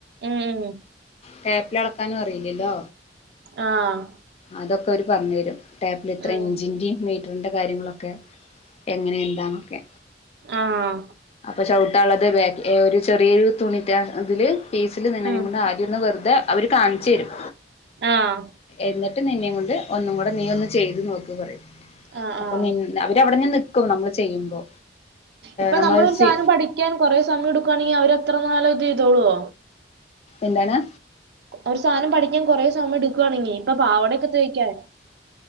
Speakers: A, on the right; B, on the left.
A: ഉം..
B: ടേപ്പിൽ അളക്കാനും അറില്ലല്ലോ!
A: ആഹ്
B: അതൊക്കെ അവര് പറഞ്ഞു തരും ടേപ്പിൽ ഇത്ര
A: ഉം
B: ഇഞ്ചിന്റെയും കാര്യങ്ങളൊക്കെ എങ്ങനെന്താ ഒക്കെ,
A: ആഹ്
B: എന്താക്കെ.. തോളത്തെ ബാഗ്, ഒരു ചെറിയൊരു തുണിറ്റ അതിൽ പീസിൽ നിന്ന
A: ഉം
B: കൊണ്ട് ആദ്യോന്ന് വെറുതെ അവര് കാണിചെരും.
A: ആഹ്.
B: എന്നിട്ട് നിന്നെകൊണ്ട് ഒന്നും കൂടെ നീ ഒന്ന് ചെയ്ത് നോക്കി പറയും.
A: ആഹ്
B: അപ്പൊ
A: ആഹ്
B: നി... അവരവ്ടെ തന്നെ നിക്കും നമ്മള് ചെയ്യുമ്പോ
A: ഇപ്പൊ
B: നമ്മള്
A: നമ്മളോര്
B: സി
A: സാനം പഠിക്കാൻ കൊറേ സമയം എടുക്കുവാണെങ്കിൽ അവരത്ര നാളും ഇത് ചെയ്തോളുവോ?
B: എന്താണ്?
A: ഒരു സാധനം പഠിക്യൻ കുറേ സമയം എടുക്കുവാണെങ്കി, ഇപ്പൊ പാവടയൊക്കെ തയ്ക്കാൻ.